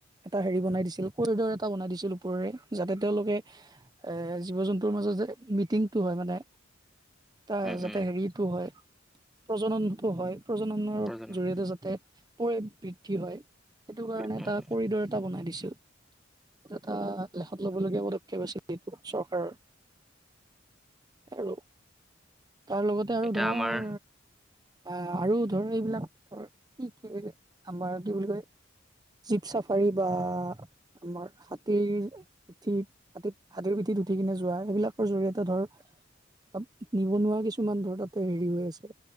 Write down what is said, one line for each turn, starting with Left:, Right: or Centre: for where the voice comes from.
Right: এটা হেৰি বনাই দিছিল কৰিডৰ এটা বনাই দিছিল ওপৰেৰে যাতে তেওঁলোকে এ জীৱ-জন্তুৰ মাজত মিটি <unintelligible> হয় মানে, তা
Centre: উম,
Right: যাতে
Centre: উম,
Right: হেৰিটো হয় প্ৰজননটো হয়। প্ৰজননৰ
Centre: প্ৰজনন
Right: জৰি়য়তে যাতে পৰি <unintelligible> হয় সেইটো কাৰণে
Centre: বি- উম,
Right: এটা কৰিডৰ এটা বনাই দিছিল। সেইটো এটা লেখত ল'বলগীয়া পদক্ষেপ আছিল এইটো চৰকাৰৰ। আৰু, তাৰ লগতে আৰু
Centre: এতিয়া
Right: ধৰ
Centre: আমাৰ
Right: বা আৰু ধৰ এইবিলাক ধৰ কি কি আমাৰ কি বুলি কয়? জীপ চাফাৰী বা আমাৰ হাতীৰ উঠি হাতীত হাতীৰ পিঠি উঠি কিনে যোৱা সেইবিলাকৰ জৰিয়তে ধৰ, তাত নিবনুৱা কিছুমান ধৰ তাতে হেৰি হৈ আছে।